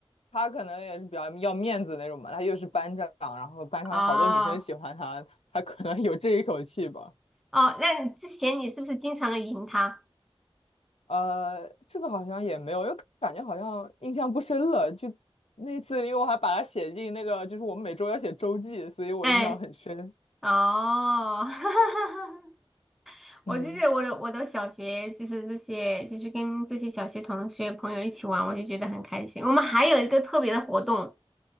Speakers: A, on the left (about 75°); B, in the centre.
A: 他可能也是比较要面子那种嘛。他又是班长，然后班上有好多女生喜欢他，
B: 哦
A: 他可能有这一口气吧。
B: 哦，那你之前你是不是经常赢他？
A: 呃，这个好像也没有，又感觉好像印象不深了。就那次，因为我还把它写进那个，就是我们每周要写周记，所以我印象很深。
B: 哎，哦，<laughs>
A: 嗯
B: 我就是我的我的小学就是这些，就是跟这些小学同学朋友一起玩，我就觉得很开心。我们还有一个特别的活动，